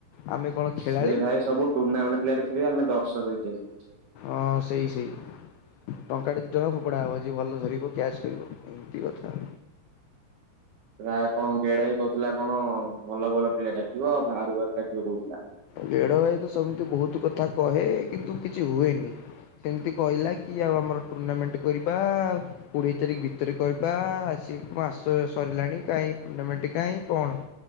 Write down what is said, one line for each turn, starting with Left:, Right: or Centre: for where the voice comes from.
Left: ଆମେ କଣ ଖେଳାଳି?
Right: ସେ ଭାଇ ସବୁ ଟୁର୍ଣ୍ଣାମେଣ୍ଟ ପ୍ଲେୟାର ଖେଳିବେ ଆମେ ଦର୍ଶକ ହେଇଛନ୍ତି।
Left: ଅଁ ସେଇ ସେଇ ଟଙ୍କାଟେ ଦି ଟଙ୍କା ଫୋପଡା ହବ ଯିଏ ଭଲ ଧରିବ କ୍ୟାସ୍ କରିବ ଏମିତି କଥା।
Right: ପ୍ରାୟ କଣ ଗେଡା ଆଇ କହୁଥିଲା କଣ ଭଲ ଭଲ ପିଲା ଡାକିବ ବାହାରୁ ବାହାରୁ ଡାକିବ କହୁଥିଲା।
Left: ଗେଡ ଭାଇ ତ ସେମିତି ବହୁତ କଥା କହେ କିନ୍ତୁ କିଛି ହୁଏନି। ସେମିତି କହିଲା କି ଆଉ ଆମର ଟୁର୍ଣ୍ଣାମେଣ୍ଟ କରିବା ଆଉ କୋଡିଏ ତାରିଖ ଭିତରେ କରିବା ଆସି ମାସ ସରିଲାଣି କାହିଁ ଟୁର୍ଣ୍ଣାମେଣ୍ଟ କାହିଁ କଣ